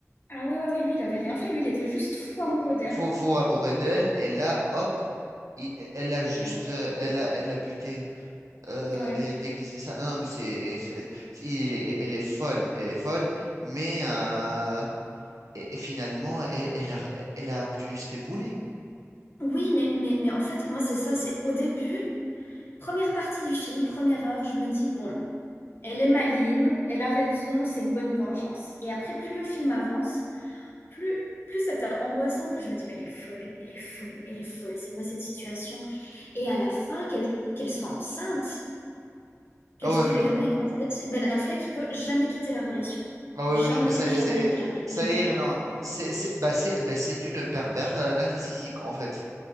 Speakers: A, on the left; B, on the right.
A: Ah ouais, ouais, ouais, lui, il avait
B: il
A: rien fait, lui, il était juste
B: il
A: fou amoureux d'elle.
B: faut, faut rabourer d'elle, et là, hop, il- elle a juste,
A: Ah ouais.
B: euh, elle a, elle a buté euh,
A: Ouais.
B: et a déguisé ça. Non, mais c'est, c'est- c'est- il est- elle est folle, elle est folle, mais euh, et, et finalement, elle, elle a, elle a obtenu ce qu'elle voulait.
A: Oui, mais, mais, mais en fait, moi, c'est ça, c'est au début, première partie du film, première heure, je me dis, bon, elle est maligne, elle a raison, c'est une bonne vengeance. Et après, plus le film avance, plus, plus c'était angoissant, plus je me dis, mais elle est folle, elle est folle, elle est folle, c'est quoi cette situation? Et à la fin, qu'elle qu'elle soit enceinte, qu'elle,
B: Ah oui,
A: il,
B: non.
A: le mec, en fait, Ben Affleck, il peut jamais quitter la relation.
B: Ah oui,
A: Jamais,
B: oui, non, mais ça,
A: jamais,
B: y est- ça, y est-
A: jamais.
B: ça
A: Il est bloqué.
B: y est, non, non, c'est, c'est, bah, c'est, bah, c'est une pervers euh, narcissique en fait,